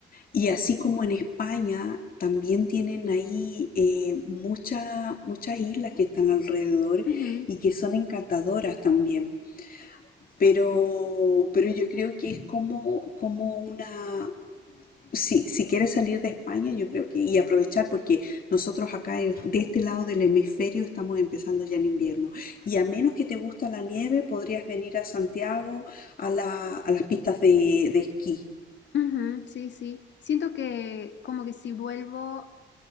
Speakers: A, on the left (about 45°); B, on the left (about 65°).
A: Y así como en España, también tienen ahí eh, mucha- muchas islas que están alrededor
B: ujú,
A: y que son encantadoras también. Pero, pero yo creo que es como, como una... sí si quieres salir de España, yo creo que... Y aprovechar, porque nosotros acá en- de este lado del hemisferio estamos empezando ya el invierno. Y a menos que te gusta la nieve, podrías venir a Santiago a la- a las pistas de, de esquí.
B: ujú, sí, sí. Siento que como que si vuelvo